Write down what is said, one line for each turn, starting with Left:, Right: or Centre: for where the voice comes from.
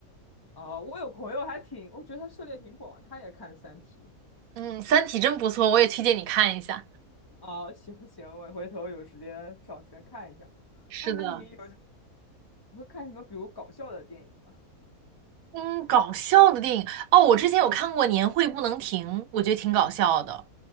Left: 哦，我有朋友还挺，我觉得他涉猎挺广，他也看《三体》。
Right: 嗯，《三体》真不错，我也推荐你看一下。
Left: 哦，行行，我回头有时间找时间看一下。
Right: 是的，
Left: 哎，那你你会看什么？比如搞笑的电影吗？
Right: 嗯，搞笑的电影哦，我之前有看过《年会不能停》，我觉得挺搞笑的。